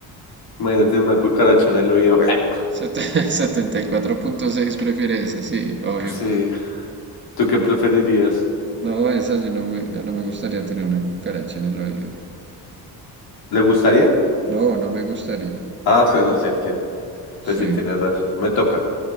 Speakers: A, on the left; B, on the right.
A: Imagínate una cucaracha en el oído. <laughs>
B: Sete- <laughs> 74.6 prefiere esa, sí, obvio.
A: Sí. ¿Tú qué preferirías?
B: No, esa yo no me, no no me gustaría tener una cucaracha en el oído.
A: ¿Le gustaría?
B: No, no me gustaría.
A: Ah, <laughs> bueno, sé a quién. Pues
B: Sí,
A: sí, tienes razón. Me toca.